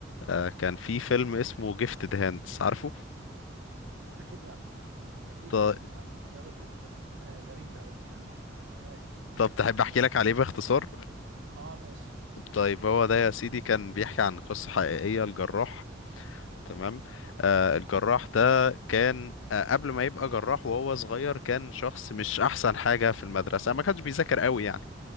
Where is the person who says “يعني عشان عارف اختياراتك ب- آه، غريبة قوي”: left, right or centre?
Right